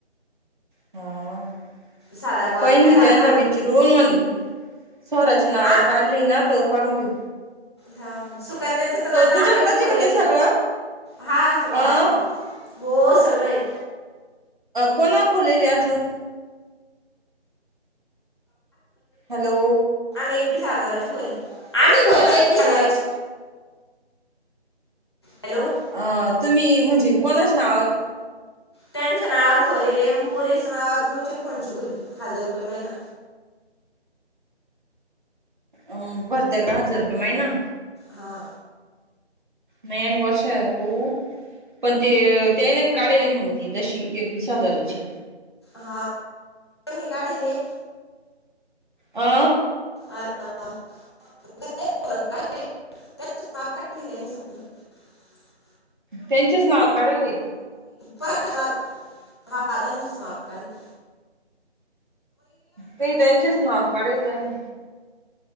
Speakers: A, on the right; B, on the left.
A: हा
B: साधा कॉल
A: पहिन
B: केला
A: मी त्यांना
B: का?
A: विचारून मग स्वराच्या नावावर
B: आम
A: काढली ना तर काढून घेऊ.
B: ह सुकन्याच तर म आता
A: तुझ्याकडच
B: आ मे बी खोलेले
A: आहे का ते सगळं
B: हा सगळं
A: अ
B: आहे ना, हो सगळे हे
A: कोणा खोलेले याजु हॅलो
B: मी एकवीस हजाराची खोली आम्ही खो एकवीस हजाराची हॅलो
A: अ तुम्ही म्हणजे कोणाच्या नावावर
B: त्यांच्या नावावर खोलेले पोरीच्या नावावर म्युच्युअल फंडची खोली हजार रुपये महिना
A: अ भरतेय का हजार रुपये महिना?
B: हा.
A: नाही आम्ही वर्षा पाहू पण ते त्याने काढले नव्हती तशी एकवीस हजाराची
B: हा त्यांनी काढिले
A: आ
B: <unintelligible> <unintelligible>
A: त्यांचीच नावं काढली
B: पर असणार हा त्यांचीच नावं काढिले
A: तेही त्यांचेच नावं काढिले आणि